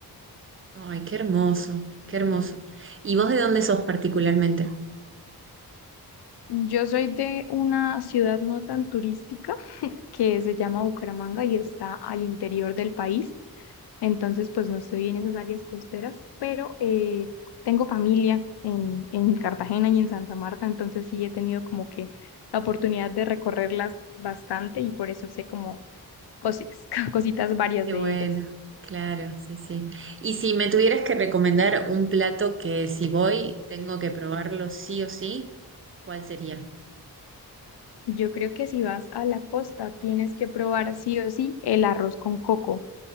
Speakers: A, on the right; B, on the left.
A: Ay, qué hermoso, qué hermoso. ¿Y vos de dónde sos particularmente?
B: Yo soy de una ciudad no tan turística que se llama Bucaramanga y está al interior del país. Entonces, pues no estoy en esas áreas costeras, pero eh, tengo familia en, en Cartagena y en Santa Marta, entonces sí he tenido como que la oportunidad de recorrerlas bastante y por eso sé como cositas, <laughs> cositas varias
A: Qué
B: de
A: bueno,
B: ellas.
A: claro, sí, sí. Y si me tuvieras que recomendar un plato que si voy tengo que probarlo sí o sí, ¿cuál sería?
B: Yo creo que si vas a la costa tienes que probar sí o sí el arroz con coco.